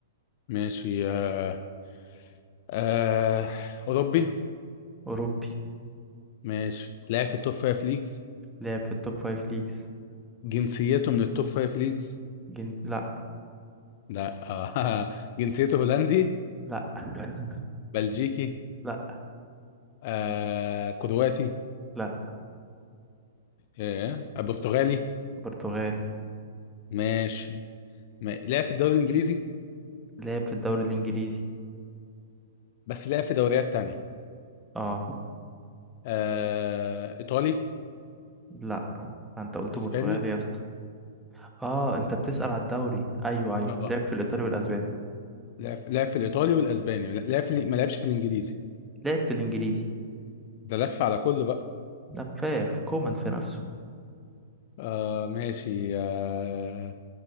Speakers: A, on the left; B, in the centre.
A: ماشي آه. آه. اوروبي
B: اوروبي
A: ماشي لاعب في التوب فايف ليجز
B: لعب في التوب فايف ليجز
A: جنسيته من التوب فايف ليجز
B: جن... لا
A: لا آه. <laughs> جنسيته هولندي
B: لا <laughs>
A: بلجيكي
B: لا لا
A: آه. كرواتي
B: لا
A: آه. آه، برتغالي
B: برتغالي
A: ماشي ما- لعب في الدوري الانجليزي
B: لعب في الدوري الإنجليزي
A: بس لعب في دوريات تانية
B: اه
A: آه. ايطالي
B: لا آه، انت قلت
A: اسباني
B: برتغالي يا اسطى اه انت بتسأل على الدوري ايوه ايوه
A: اه
B: لعب في الإيطالي والأسباني
A: لعب لعب في الايطالي والاسباني لعب في ما لعبش في الانجليزي
B: لعب في الإنجليزي
A: ده لف على كل بقى
B: نفاف كومان في نفسه
A: آه ماشي آه